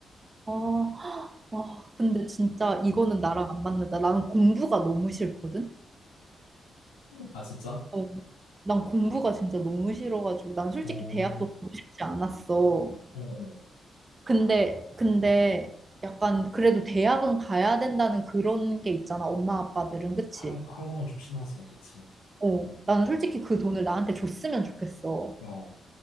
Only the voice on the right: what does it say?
아, 와, 근데 진짜 이거는 나랑 안 맞는다. 나는 공부가 너무 싫거든?
어, 난 공부가 진짜 너무 싫어가지고 난 솔직히
대학도 가고 싶지 않았어.
근데 근데 약간 그래도 대학은 가야 된다는 그런 게 있잖아. 엄마 아빠들은 그치?
어, 난 솔직히 그 돈을 나한테 줬으면 좋겠어.